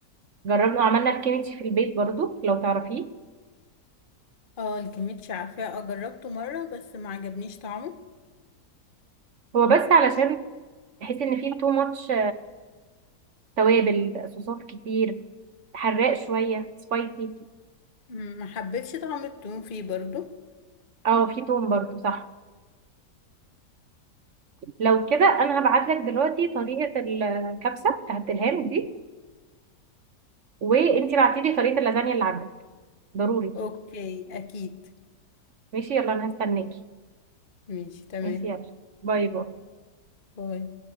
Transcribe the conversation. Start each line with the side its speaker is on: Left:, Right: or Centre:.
Right: جربنا وعملنا الكيميتشي في البيت برضو لو تعرفيه
Left: اه الكميتش عارفاه اه جربته مره بس ما عجبنيش طعمه
Right: هو بس علشان تحس ان فيه تو ماتش توابل صوصات كتير حراق شوية سبايسي
Left: مم، ما حبيتش طعم التوم فيه برضو
Right: اه في توم برضو صح لو كده انا هبعت لك دلوقتي طريقة الكبسة بتاعت الهام دي وانتي بعتيلي طريقة اللازانيا اللي عندك ضروري
Left: اوكي اكيد
Right: ماشي يلا انا هستناكي
Left: ماشي تمام
Right: ماشي يلا باي باي
Left: باي